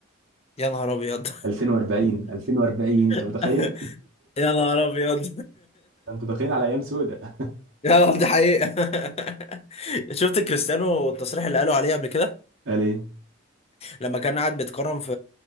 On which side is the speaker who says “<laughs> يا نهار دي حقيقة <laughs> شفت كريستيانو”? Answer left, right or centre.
Left